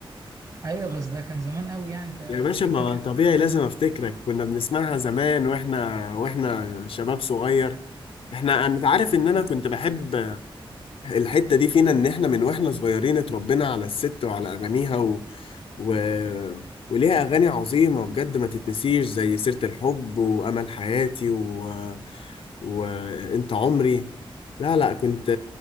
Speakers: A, on the right; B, on the left.
A: ايوه بس ده كان زمان قوي يعني انت
B: يا باشا
A: ليه
B: ما
A: فاكر
B: طبيعي لازم افتكرك كنا بنسمعها زمان واحنا واحنا شباب صغير احنا انت عارف ان انا كنت بحب الحتة دي فينا إن إحنا من وإحنا صغيرين اتربينا على الست وعلى أغانيها و... و... وليها أغاني عظيمة بجد ما تتنسيش زي سيرة الحب وأمل حياتي و... وأنت عمري لا لا كنت